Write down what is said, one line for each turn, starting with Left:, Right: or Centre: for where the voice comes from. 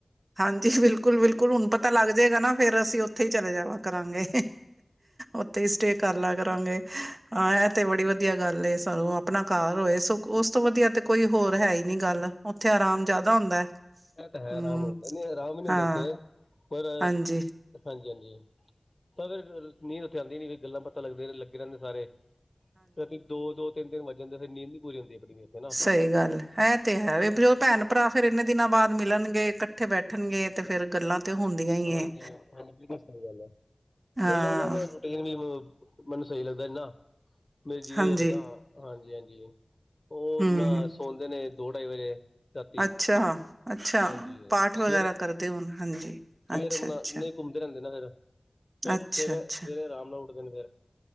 Right: ਹਾਂਜੀ, ਬਿਲਕੁਲ-ਬਿਲਕੁਲ। ਬਿਲਕੁਲ, ਹੁਣ ਪਤਾ ਲੱਗ ਜੇਗਾ ਨਾ ਫੇਰ ਅਸੀਂ ਉੱਥੇ ਹੀ ਚਲੇ ਜਾਵਾ ਕਰਾਂਗੇ, ਉੱਥੇ ਹੀ ਸਟੇਅ ਕਰ ਲਾਂਗੇ। ਕਰਾਂਗੇ, ਹਾਂ ਇਹ ਤੇ ਬੜੀ ਵਧੀਆ ਗੱਲ ਏ, ਸਾਨੂੰ ਆਪਣਾ ਘਰ ਹੋਵੇ, ਉਸ ਤੋਂ ਵਧੀਆ ਤੇ ਕੋਈ ਹੋਰ ਹੈ ਹੀ ਨਹੀ। ਨੀ ਗੱਲ, ਉੱਥੇ ਆਰਾਮ ਜਿਆਦਾ ਹੁੰਦਾ ਹੂੰ।
Left: ਇਹ ਤਾਂ ਹੈ ਆਰਾਮ ਹੁੰਦਾ ਨਹੀਂ ਆਰਾਮ ਵੀ ਨੀ ਹੁੰਦਾ
Right: ਹਾਂ
Left: ਉੱਥੇ, ਪਰ
Right: ਹਾਂਜੀ-ਹਾਂਜੀ।
Left: ਹਾਂਜੀ-ਹਾਂਜੀ, ਤਾਂ ਫਿਰ ਨੀਂਦ ਉੱਥੇ ਆਂਦੀ ਨੀ, ਗੱਲਾਂ ਬਾਤਾਂ ਲੱਗੇ-ਲੱਗੇ ਰਹਿੰਦੇ ਸਾਰੇ ਦੋ-ਦੋ, ਤਿੰਨ- ਤਿੰਨ ਜਾਂ ਫਿਰ ਨੀਂਦ ਨੀ ਪੂਰੀ ਹੁੰਦੀ। ਆਪਣੀ ਵੀ ਉੱਥੇ ਨਾ
Right: ਸਹੀ ਗੱਲ ਐ, ਹੈ ਤੇ ਹੈ ਵੀ ਉਹ- ਭੈਣ -ਭਰਾ ਫ਼ਿਰ ਇੰਨੇ ਦਿਨਾਂ ਬਾਅਦ ਮਿਲਣਗੇ, ਇਕੱਠੇ ਬੈਠਣਗੇ ਤੇ ਫਿਰ ਗੱਲਾਂ ਤੇ ਹੁੰਦੀਆਂ ਹੀ
Left: ਹਾਂਜੀ
Right: ਏ
Left: -ਹਾਂਜੀ ਬਿਲਕੁਲ ਸਹੀ ਗੱਲ ਐ,
Right: ਹਾਂ
Left: ਨਾਲੇ ਉਹਨਾਂ ਦਾ ਰੂਟੀਨ ਈ ਮੈਨੂੰ ਸਹੀ ਲੱਗਦਾ ਇੰਨਾ, ਮੇਰੇ ਜੀ ਜਾ
Right: ਹਾਂਜੀ
Left: ਨੀ ਲੱਗਦਾ, ਹਾਂਜੀ- ਹਾਂਜੀ। ਉਹ
Right: ਹੂੰ
Left: ਨਾ ਸੌਦੇ ਨੇ ਦੋ ਢਾਈ ਵਜੇ ਰਾਤੀ,
Right: ਅੱਛਾ ਅੱਛਾ
Left: ਹਾਂਜੀ
Right: ਪਾਠ
Left: ਸਵੇ
Right: ਵਗੈਰਾ ਕਰਦੇ ਹੋਣ, ਹਾਂਜੀ।
Left: ਫੇਰ
Right: ਅੱਛਾ-ਅੱਛਾ।
Left: ਨਹੀਂ ਘੁੰਮਦੇ ਰਹਿੰਦੇ ਨਾ ਫਿਰ, ਫੇਰ
Right: ਅੱਛਾ-ਅੱਛਾ,
Left: ਸਵੇਰੇ -ਸਵੇਰੇ ਆਰਾਮ ਨਾਲ ਉੱਠਦੇ ਨੇ ਫਿਰ।